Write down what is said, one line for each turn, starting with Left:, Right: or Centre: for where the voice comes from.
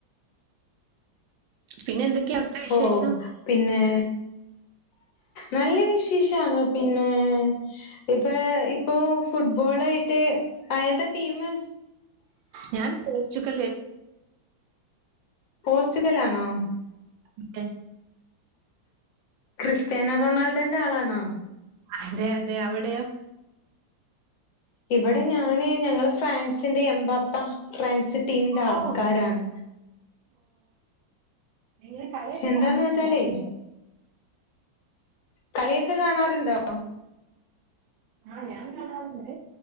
Right: പിന്നെ എന്തൊക്കെയാ അവിടുത്തെ വിശേഷം
Left: ഓ പിന്നെ നല്ല വിശേ ഷാണ് പിന്നേ ഇപ്പൊ ഇപ്പോ ഫുട്ബോൾ ആയിട്ട് ആ ഏതാ ടീമ്
Right: ഞാൻ പോർച്ചുഗൽ
Left: പോർച്ചുഗലാണോ
Right: അതെ
Left: ക്രിസ്ത്യാന റൊണാൾഡോന്റെ ആളാണോ
Right: അതെ അതെ അവിടെയോ
Left: ഇവിടെ ഞാന് ഞങ്ങള് ഫ്രാൻസിന്റെ എമ്പാപ്പ ഫ്രൻസ് ടീമിന്റെ ആൾക്കാരാണ്.
Right: ഓ നിങ്ങൾ കളിയൊക്കെ
Left: എന്താന്ന്
Right: കാണാറു
Left: വെച്ചാലേ
Right: ണ്ടോ?
Left: കളിയൊക്കെ കാണാറുണ്ടോ?
Right: ആഹ് ഞാൻ കാണാറ്ണ്ട്.